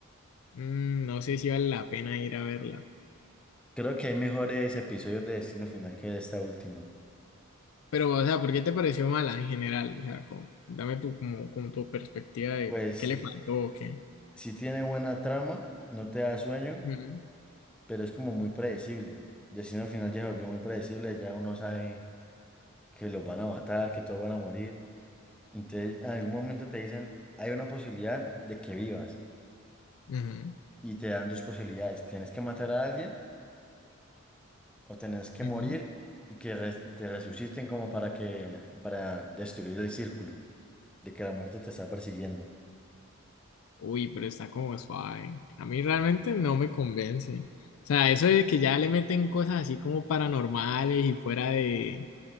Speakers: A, on the left; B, in the centre.
A: mm, no sé si vale la pena ir a verla.
B: Creo que hay mejores episodios de Destino Final que esta última.
A: Pero, o sea, ¿por qué te pareció mala en general? O sea, como- dame tu, como, como tu perspectiva de
B: Pues.
A: qué le faltó o qué.
B: Si tiene buena trama, no te da sueño,
A: Ujú,
B: pero es como muy predecible. Destino Final ya se volvió muy predecible, ya uno sabe que los van a matar, que todos van a morir. Entonces, en algún momento te dicen, hay una posibilidad de que vivas
A: ujú,
B: y te dan dos posibilidades. Tienes que matar a alguien o tienes que
A: ujú.
B: morir y que res- te resuciten como para que, para destruir el círculo de que la muerte te está persiguiendo.
A: Uy, pero está como suave. A mí realmente no me convence. O sea, eso de que ya le meten cosas así como paranormales y fuera de